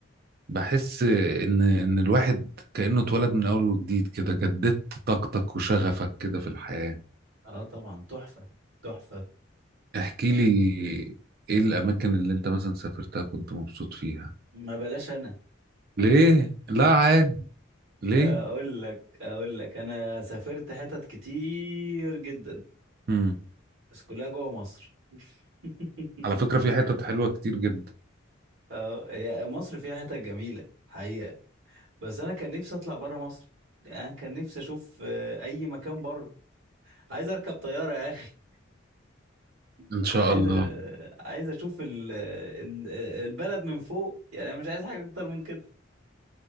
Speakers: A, on the right; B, on the right.
A: بحس ان ان الواحد كأنه اتولد من اول وجديد كده جددت طاقتك وشغفك كده في الحياة
B: اه طبعا تحفة تحفة
A: احكي
B: يعني
A: لي ايه الاماكن اللي انت مثلا سافرتها كنت مبسوط فيها
B: ما بلاش انا
A: ليه لا عادي ليه
B: اقول لك اقول لك انا سافرت حتت كتير جدا
A: مم.
B: بس كلها جوه مصر <laughs>
A: على فكرة في حتت حلوة كتير جدا
B: اه هي مصر فيها حتت جميلة حقيقة بس انا كان نفسي اطلع بره مصر يعني أنا كان نفسي اشوف آه، اي مكان بره عايز اركب طيارة يا اخي
A: ان شاء
B: عايز
A: الله
B: أ- عايز اشوف ال... آه، ال- آه، البلد من فوق يعني أنا مش عايز حاجة اكتر من كده